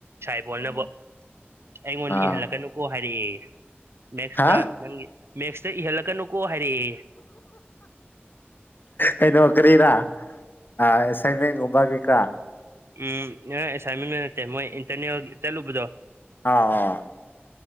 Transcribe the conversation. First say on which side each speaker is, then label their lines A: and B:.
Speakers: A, on the right; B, on the left.
A: ꯁꯥꯏꯕꯣꯟꯜꯅꯅꯕ ꯑꯩꯉꯣꯟꯗ
B: ꯑꯥ
A: ꯏꯍꯜꯂꯛꯀꯅꯨꯀꯣ ꯍꯥꯏꯔꯛꯑꯦ ꯅꯦꯁꯇ
B: ꯍꯥ
A: ꯅꯪꯒꯤ ꯃꯦꯛꯁꯇ ꯏꯍꯜꯂꯛꯀꯅꯨꯀꯣ ꯍꯥꯏꯔꯛ ꯑꯦꯌꯦ
B: ꯑꯩꯅ ꯀꯔꯤꯔꯥ ꯑ ꯑꯁꯥꯏꯟꯃꯦꯟꯕ ꯒꯨꯝꯕ ꯀꯩ ꯀꯥ
A: ꯎꯝ ꯅ ꯑꯦꯁꯥꯏꯟꯃꯦꯟ ꯅꯠꯇꯦ ꯃꯣꯏ ꯏꯟꯇꯔꯅꯦꯜ ꯆꯠꯂꯨꯕꯗꯣ
B: ꯑ ꯑ